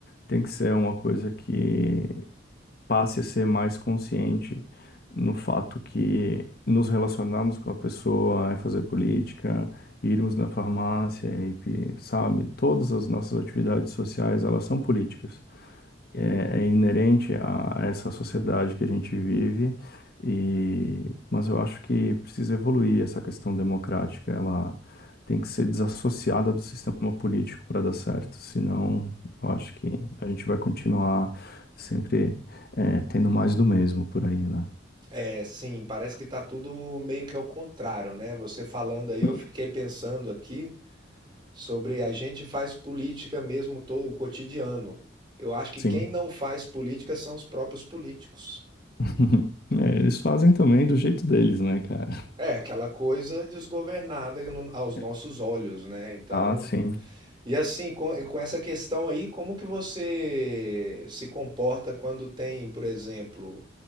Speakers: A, on the left; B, on the right.
A: tem que ser uma coisa que passe a ser mais consciente no fato que nos relacionarmos com a pessoa é fazer política, irmos na farmácia, e, pe- sabe, todas as nossas atividades sociais, elas são políticas é, é inerente a, a essa sociedade que a gente vive, e, mas eu acho que precisa evoluir essa questão democrática, ela tem que ser desassociada do sistema político para dar certo, senão eu acho que a gente vai continuar sempre é, tendo mais do mesmo por aí, né?
B: É, sim, parece que tá tudo meio que ao contrário, né? Você falando aí, eu
A: Hum.
B: fiquei pensando aqui sobre a gente faz política mesmo todo o cotidiano. Eu acho que
A: Sim.
B: quem não faz política são os próprios políticos.
A: <laughs> É, eles fazem também do jeito deles, né, cara?
B: É, aquela coisa desgovernada no- aos nossos
A: <laughs>
B: olhos, né? Então,
A: Ah, sim.
B: e assim, com, com essa questão aí, como que você se comporta quando tem, por exemplo,